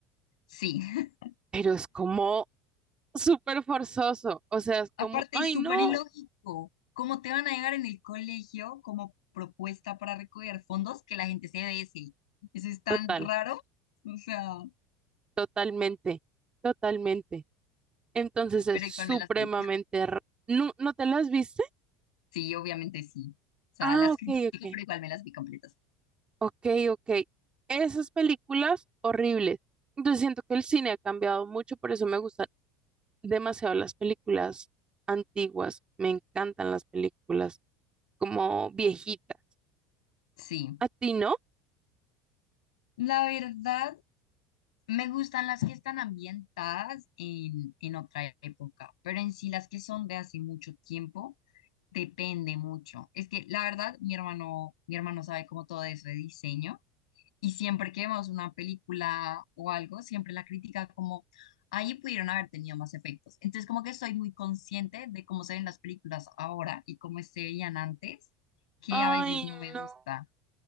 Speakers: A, on the left; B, on the right.
A: sí. <laughs>
B: pero es como súper forzoso. O sea, es
A: Aparte,
B: como, ay,
A: es súper
B: no,
A: ilógico. ¿Cómo te van a llegar en el colegio como propuesta para recoger fondos que la gente se dese? Eso es tan
B: Total,
A: raro. O sea,
B: totalmente, totalmente. Entonces es
A: pero
B: supremamente...
A: igual me las vi.
B: r- ¿No, no te las viste?
A: Sí, obviamente sí. O sea,
B: Ah,
A: las
B: ok,
A: critico,
B: ok,
A: pero igual me las vi completas.
B: ok, ok. Esas películas horribles. Entonces siento que el cine ha cambiado mucho, por eso me gustan demasiado las películas antiguas. Me encantan las películas como viejitas.
A: Sí.
B: ¿A ti no?
A: La verdad. Me gustan las que están ambientadas en, en otra época, pero en sí las que son de hace mucho tiempo, depende mucho. Es que la verdad, mi hermano, mi hermano sabe como todo eso de diseño y siempre que vemos una película o algo, siempre la critica como, ahí pudieron haber tenido más efectos. Entonces como que soy muy consciente de cómo se ven las películas ahora y cómo se veían antes, que
B: Ay,
A: a veces no me
B: no.
A: gusta.